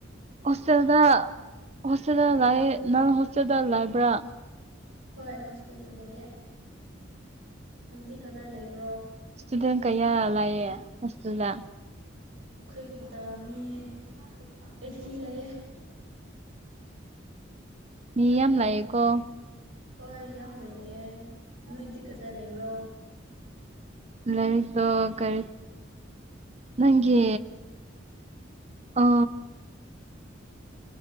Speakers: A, on the right; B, on the right.
A: ꯍꯣꯁꯇꯦꯜꯗ ꯍꯣꯁꯇꯦꯜꯦꯜꯗ ꯂꯥꯑꯦ ꯅꯪ ꯍꫭꯁꯇ ꯆꯗ ꯂꯥꯏꯕ꯭ꯔꯥ
B: ꯍꯣꯏ ꯍꯣꯁꯇꯦꯜꯗ ꯂꯩꯌꯦ꯫ ꯅꯪꯗꯤ ꯀꯗꯥꯏ ꯂꯩꯕ꯭ꯔꯣ
A: ꯏꯁꯇꯨꯗꯦꯟ ꯀꯩꯌꯥ ꯂꯑꯦ ꯍꯁꯇꯨꯗ
B: ꯑꯩꯈꯣꯏꯒꯤꯗ ꯃꯤ ꯑꯩꯠꯇꯤ ꯂꯩꯌꯦ
A: ꯃꯤ
B: ꯌꯥꯝꯃꯦ
A: ꯌꯥꯝ
B: ꯑꯩꯈꯣꯏ
A: ꯂꯩꯌꯦꯀꯣ
B: ꯍꯣꯏ ꯌꯥꯝ ꯂꯩꯌꯦ ꯅꯣꯏꯗꯤ ꯀꯗꯥꯏ ꯂꯩꯕ꯭ꯔꯣ <inaudible>
A: ꯂꯔꯤꯗꯣ ꯀꯔꯤ ꯅꯪꯒꯤ ꯑ